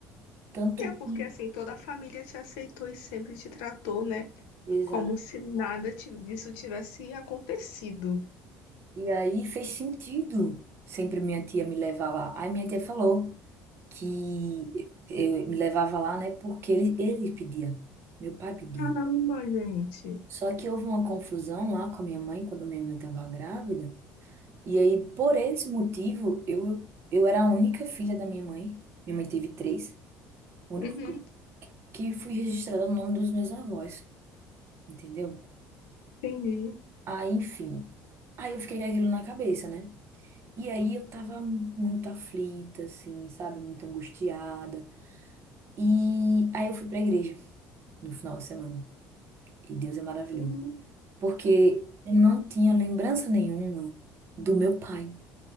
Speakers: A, on the right (about 50°); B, on the left (about 90°).
A: Tanto
B: É porque
A: que
B: assim, toda a família te aceitou e sempre te tratou, né?
A: Exato.
B: Como se nada ti- disso tivesse acontecido.
A: E aí fez sentido sempre minha tia me levar lá. Aí minha tia falou que eh, eu me levava lá, né? Porque ele, ele pedia, meu pai pedia.
B: Caramba, gente.
A: Só que houve uma confusão lá com a minha mãe, quando minha mãe estava grávida. E aí, por esse motivo, eu, eu era a única filha da minha mãe. Minha mãe teve três. O
B: Uhum,
A: único que fui registrada no nome dos meus avós, entendeu?
B: entendi.
A: Aí, enfim. Aí eu fiquei com aquilo na cabeça, né? E aí eu tava muito aflita, assim, sabe? Muito angustiada. E aí eu fui pra igreja no final de semana. E Deus é maravilhoso.
B: Uhum,
A: Porque eu não tinha lembrança nenhuma do meu pai.